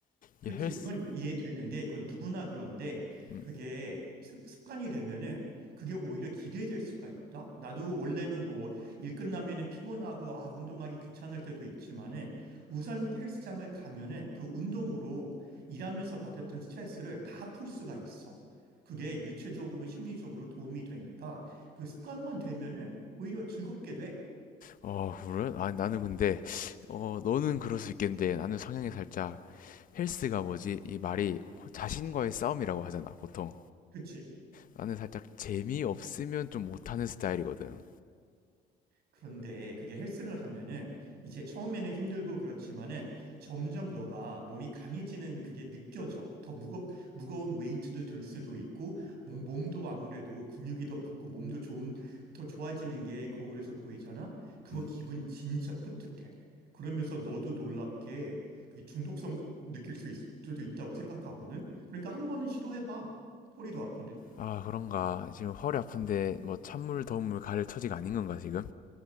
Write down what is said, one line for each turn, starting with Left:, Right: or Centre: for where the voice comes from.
Right: 그렇지.
Left: 이게 헬스,
Right: 그건 이해되는데, 그건 누구나 그런데,
Left: 음,
Right: 그게 습- 습관이 되면은, 그게 오히려 기대될 수가 있다? 나도 원래는 뭐, 일 끝나면은 피곤하고, 아, 운동하기 귀찮을 때도 있지만은, 우선 헬스장을 가면은, 그 운동으로 일하면서 받았던 스트레스를 다 풀 수가 있어. 그게 유체적으로, 심리적으로 도움이 되니까, 그 습관만 되면은, 오히려 즐겁게 돼.
Left: 어, 래론 아, 나는 근데 어, 너는 그럴 수 있겠는데 나는 성향이 살짝 헬스가 뭐지? 이 말이 자신과의 싸움이라고 하잖아, 보통.
Right: 그렇지.
Left: 나는 살짝 재미없으면 좀 못하는 스타일이거든.
Right: 그런데 그게 헬스를 하면은 이제 처음에는 힘들고 그렇지만은 점점 너가 몸이 강해지는 그게 느껴져. 더 무겁, 무거운 웨이트도 들 수도 있고 몸, 몸도 아무래도 근육이 더 붙고 몸도 좋은, 더 좋아지는 게 거울에서 보이잖아? 그거
Left: 음.
Right: 기분 진짜 뿌듯해. 그러면서 너도 놀랍게 그 중독성 느낄 수 있, 수도 있다고 생각하거든. 그러니까 한 번은 시도해봐. 허리도 아픈데.
Left: 아, 그런가. 지금 허리 아픈데 뭐 찬물, 더운 물 가릴 처지가 아닌 건가, 지금?